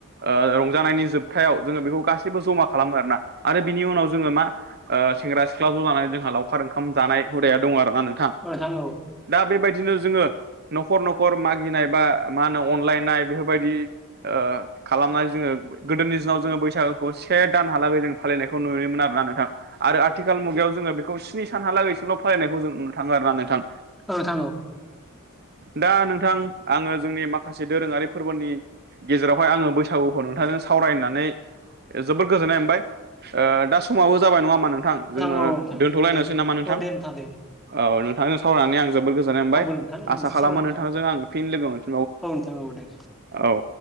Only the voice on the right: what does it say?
ओ रंजानायनि जोबथायाव जोङो बेखौ गासैबो जमा खालामो आरोना आरो बिनि उनाव जोङो मा ओ सेंग्रा सिख्ला ज' जानानै जोंहा लावखार ओंखाम जानाय हुदाया दं आरोना नों
दा बेबायदिनो जोङो नखर नखर मागिनाय बा मा होनो अनलायनाय बेफोरबायदि ओ खालामनानै जोङो गोदोनि दिनाव जोङो बैसागुखौ से दानहालागै जों फालिनायखौ नुयोमोन आरोना नोंथां आरो आथिखाल मुगायाव जोङो बेखौ स्नि सानहालागैसोल' फरायनायखौ जों नुनो थाङो आर ना नोंथां
दा नोंथां आङो जोंनि माखासे दोरोङारि फोरबोनि गेजेरावहाय आङो बैसागुखौ नोंथांजों सावरायनानै जोबोद गोजोननाय मोनबाय दा समाबो जाबाय नङा होनबा नोंथां जोङो
दोनथ'लायनोसै
नामा नोंथां
औ नोंथांजों सावरायनानै आं जोबोद गोजोननाय मोनबाय
आसा खालामो
नोंथांजों आं फिन लोगो मोन
औ